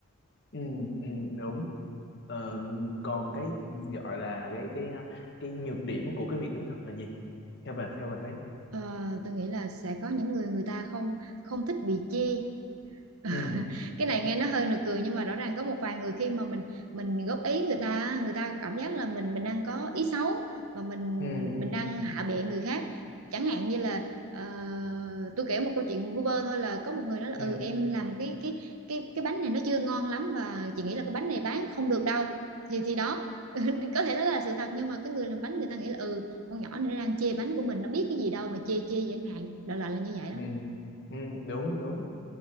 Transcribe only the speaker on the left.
ừ ừ đúng Ờ, còn cái gọi là cái cái cái nhược điểm của cái việc nói thật là gì theo bà theo bà thấy
ừ
ừ ừ
ừ
ừ
ừ, đúng đúng